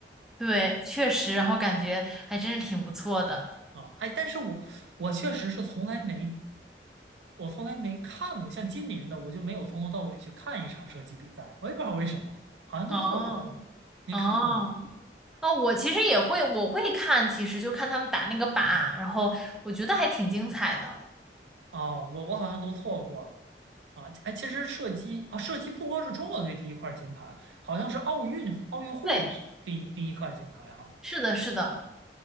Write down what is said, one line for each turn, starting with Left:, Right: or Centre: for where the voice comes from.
Centre: 对，确实，然后感觉还真是挺不错的。
Right: 啊。哎，但是我我确实是从来没我从来没看过，像今年的我就没有从头到尾去看一场射击比赛，我也不知道为什么，好像都错过了。
Centre: 哦
Right: 你看过吗？
Centre: 哦哦，我其实也会，我会看，其实就看他们打那个靶，然后我觉得还挺精彩的。
Right: 啊，我我好像都错过了啊！哎，其实射击啊，射击不光是中国队第一块金牌，好像是奥运奥运会的第第一块金牌哈
Centre: 对，是的，是的，